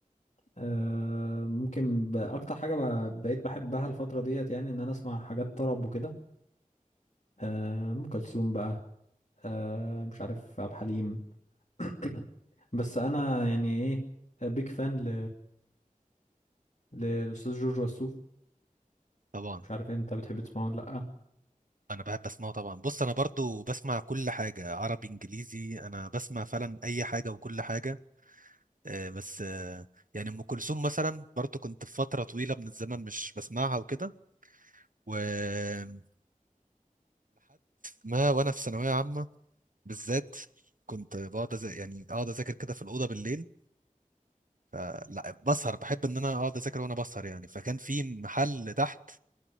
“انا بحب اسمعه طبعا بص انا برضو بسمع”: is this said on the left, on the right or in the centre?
Right